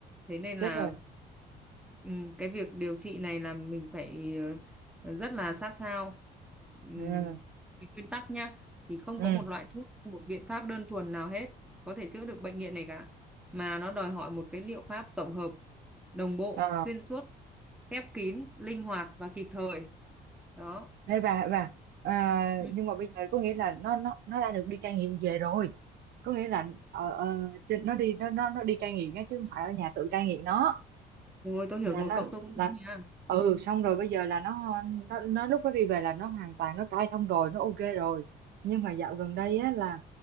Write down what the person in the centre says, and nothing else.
thế nên
là
ừ, cái việc điều trị này là mình phải ờ, rất là sát sao Ừm,
về nguyên tắc nhá thì không
có một loại thuốc một biện pháp đơn thuần nào hết có thể chữa được bệnh nghiện này cả mà nó đòi hỏi một cái liệu pháp tổng hợp, đồng bộ,
xuyên suốt, khép kín, linh hoạt và kịp thời. Đó.
Ừ.
Rồi tôi hiểu
rồi,
cậu tôi
cũng thế mà.